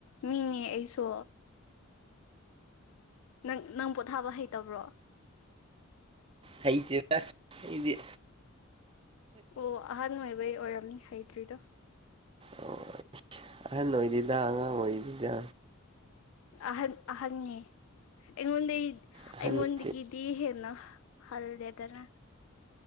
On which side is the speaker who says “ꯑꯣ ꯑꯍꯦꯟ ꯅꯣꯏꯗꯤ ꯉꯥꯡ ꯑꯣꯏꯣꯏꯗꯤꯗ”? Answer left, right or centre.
Right